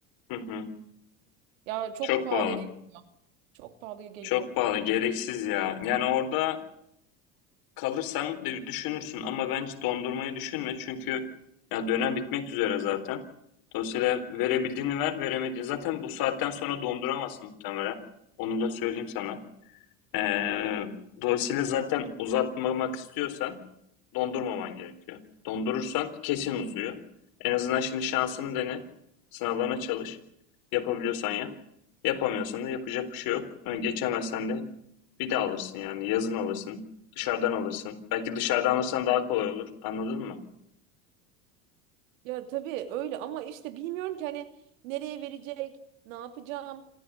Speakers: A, on the left; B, on the right.
A: Hı hı.
B: Ya çok
A: Çok
B: pahalıya
A: pahalı.
B: çok pahalıya geliyor.
A: Çok pahalı. Gereksiz ya. Yani orada Kalırsan de düşünürsün ama bence dondurmayı düşünme çünkü ya dönem bitmek üzere zaten. Dolayısıyla verebildiğini ver, veremediğini zaten bu saatten sonra donduramazsın muhtemelen. Onu da söyleyeyim sana. Ee, dolayısıyla zaten uzatmamak istiyorsan dondurmaman gerekiyor. Dondurursan kesin uzuyor. En azından şimdi şansını dene. Sınavlarına çalış. Yapabiliyorsan yap. Yapamıyorsan da yapacak bir şey yok. Ee, Geçemezsen de bir daha alırsın yani. Yazın alırsın. Dışarıdan alırsın. Belki dışarıdan alırsan daha kolay olur. Anladın mı?
B: Ya tabii öyle ama işte bilmiyorum ki hani nereye verecek, ne yapacağım.